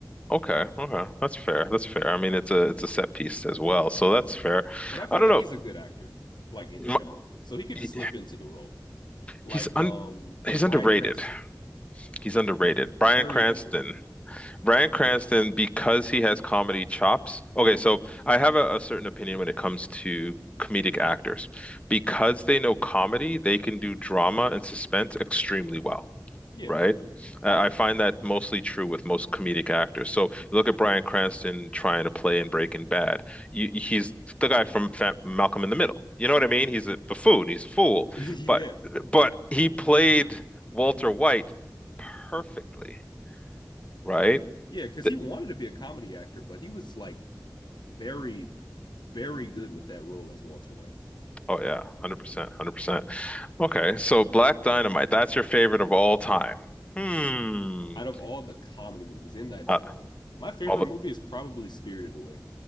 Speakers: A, on the left; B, on the left.
A: Okay, okay. That's fair. That's fair. I mean, it's a it's a set piece as well, so that's fair.
B: But I feel
A: I don't
B: like
A: know.
B: he's a good actor, like in
A: My-
B: general. So he could
A: he-
B: just slip into the role. like
A: he's
B: um
A: un
B: like
A: he's
B: Bryan
A: underrated.
B: Cranston.
A: He's underrated. Bryan
B: Very
A: Cranston.
B: underrated.
A: Bryan Cranston because he has comedy chops. Okay, so I have a, a certain opinion when it comes to comedic actors. Because they know comedy, they can do drama and suspense extremely well.
B: Yeah.
A: Right? I I find that mostly true with most comedic actors. So look at Bryan Cranston trying to play in Breaking Bad. You, he's the guy from Fa Malcolm in the Middle. You know what I mean? He's a buffoon. He's a fool.
B: <laughs>
A: But
B: Yeah.
A: but he played Walter White perfectly. Right?
B: Yeah, because
A: Th-
B: he wanted to be a comedy actor, but he was like very, very good with that role as Walter White.
A: Oh yeah, 100%, 100%. Okay, so Black Dynamite, that's your favorite of all time. Hmm.
B: Out of all the comedy movies in that
A: Uh,
B: genre, my favorite
A: all the
B: movie is probably Spirited Away,